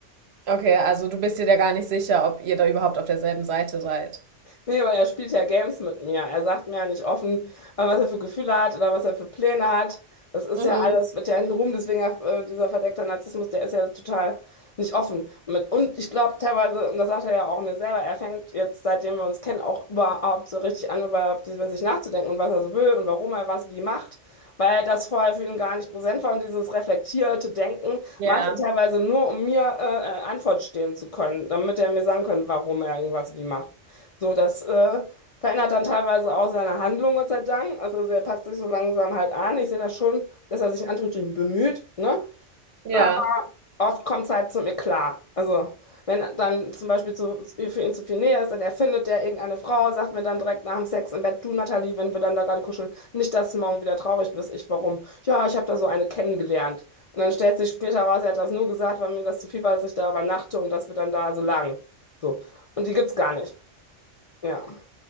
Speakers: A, on the right; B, on the left.
A: okay, also du bist dir da gar nicht sicher, ob ihr da überhaupt auf derselben Seite seid.
B: Nee, weil er spielt ja Games mit mir. Er sagt mir ja nicht offen, äh, was er für Gefühle hat oder was er für Pläne hat. Das ist
A: Mhm.
B: ja alles, wird ja in rum. deswegen äh, dieser verdeckte Narzissmus, der ist ja total nicht offen. Mit, und ich glaube teilweise, und das sagt er ja auch mir selber, er fängt jetzt, seitdem wir uns kennen, auch überhaupt so richtig an, überhaupt über sich nachzudenken und was er so will und warum er was wie macht, weil das vorher für ihn gar nicht präsent war und dieses reflektierte Denken
A: Ja,
B: macht er teilweise nur, um mir äh, äh, Antwort stehen zu können, damit er mir sagen kann, warum er irgendwas wie macht. So, das äh, verändert dann teilweise auch seine Handlung, Gott sei Dank. Also er passt sich so langsam halt an. Ich sehe das schon, dass er sich in Anführungsstrichen bemüht, ne?
A: ja.
B: Aber oft kommt es halt zum Eklat. Also wenn dann zum Beispiel zu, für ihn zu viel Nähe ist, dann erfindet der irgendeine Frau, sagt mir dann direkt nach dem Sex im Bett, du Nathalie, wenn wir dann da gerade kuscheln, nicht, dass du morgen wieder traurig bist. Ich, warum? Ja, ich habe da so eine kennengelernt. Und dann stellt sich später raus, er hat das nur gesagt, weil mir das zu viel war, dass ich da übernachte und dass wir dann da so lagen. So. Und die gibt's gar nicht. Ja.